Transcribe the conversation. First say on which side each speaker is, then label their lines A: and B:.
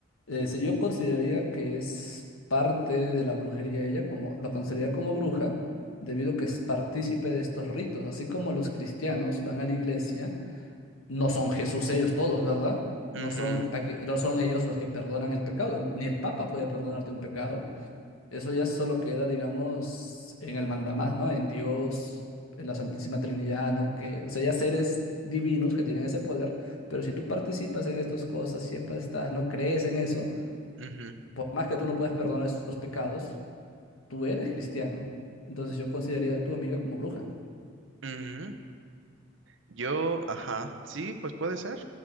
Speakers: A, on the left; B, on the right.
A: eh, sí, yo consideraría que es parte de la brujería ella, como lo consideraría como bruja, debido a que es partícipe de estos ritos. Así como los cristianos van a la iglesia, no son Jesús ellos todos, ¿verdad? No
B: ujú,
A: son, aqu- no son ellos los que perdonan el pecado. El- ni el Papa puede perdonarte un pecado. Eso ya solo queda, digamos, en el mandamás, ¿no? En Dios, en la Santísima Trinidad, ¿no? Que, o sea, ya seres divinos que tienen ese poder, pero si tú participas en estas cosas, siempre estás, no crees en eso,
B: ujú,
A: por más que tú no puedas perdonar estos pecados, tú eres cristiano. Entonces yo consideraría a tu amiga como bruja.
B: ujú. Yo, ajá, sí, pues puede ser,